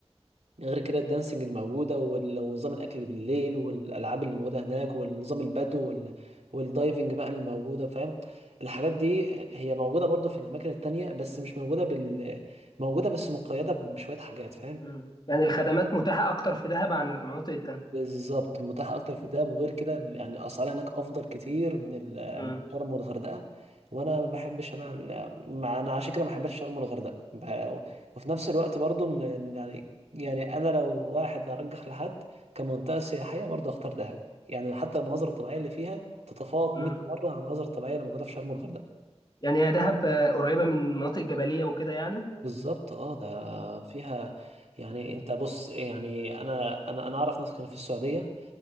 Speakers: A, on the right; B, on the left.
A: غير كده الدانسينج الموجودة وال- ونظام الأكل بالليل والألعاب اللي موجودة هناك والنظام البدو وال... والدايفنج بقى اللي موجودة فاهم الحاجات دي هي موجودة برضو في الأماكن التانية بس مش موجودة بال موجودة بس مقيدة بشوية حاجات فاهم
B: امم يعني الخدمات متاحه اكتر في دهب عن المناطق التانيه
A: بالظبط متاح اكتر في الدهب وغير كده يعني الاسعار هناك افضل كتير من ال-
B: امم
A: من شرم والغردقه وانا ما بحبش انا ال- ما انا عشان كده ما حبيتش شرم والغردقه ب- وفي نفس الوقت برضو من- يعني يعني انا لو واحد ارجح لحد كمنطقه سياحيه برضو اختار دهب يعني حتى المناظر الطبيعيه اللي فيها تتفوق
B: امم
A: 100 مره عن المناظر الطبيعيه اللي موجوده في شرم والغردقه
B: يعني هي دهب آه، قريبه من مناطق جبليه وكده يعني
A: بالظبط اه ده فيها يعني انت بص يعني انا انا انا اعرف ناس كانوا في السعوديه